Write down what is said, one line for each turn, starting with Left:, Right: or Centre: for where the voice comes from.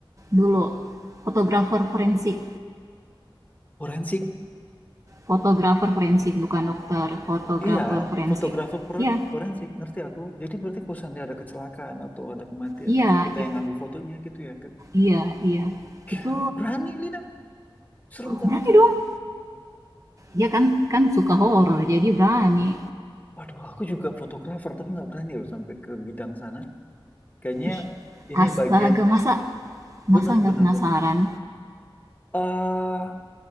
Right: dulu, fotografer forensik.
Left: Forensik
Right: Fotografer forensik, bukan dokter, fotografer
Left: Iya,
Right: forensik.
Left: fotografer per-
Right: Iya,
Left: forensik, ngerti aku. Jadi berarti kalau seandainya ada kecelakaan atau ada kematian,
Right: iya,
Left: terus kita
Right: it
Left: yang ngambil fotonya gitu ya. Ke-
Right: iya iya.
Left: Gila,
Right: Itu
Left: berani Lina, serem kan
Right: berani
Left: itu.
Right: dong. Dia kan kan suka horor, jadi berani.
Left: Waduh, aku juga fotografer, tapi nggak berani loh sampai ke bidang sana. Kayaknya
Right: Ih,
Left: ini
Right: astaga
Left: bagian
Right: masa
Left: benar-benar-benar.
Right: masa nggak penasaran?
Left: bener, Eh,